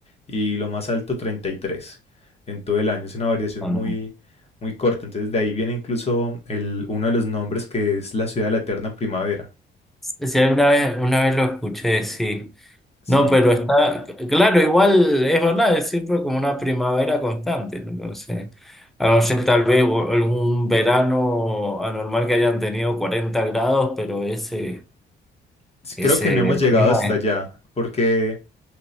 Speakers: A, on the left; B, in the centre.
A: y lo más alto, 33 en todo el año. Es una variación
B: Bueno,
A: muy, muy corta. Entonces de ahí viene incluso el, uno de los nombres que es la ciudad de la eterna primavera.
B: si alguna vez, una vez lo escuché, sí.
A: Sí.
B: No, pero está, claro, igual es verdad, es siempre como una primavera constante, ¿no? Entonces, a no ser tal vez o- algún verano anormal que hayan tenido 40 grados, pero ese, ese
A: creo que no hemos llegado
B: clima
A: hasta
B: es,
A: allá, porque,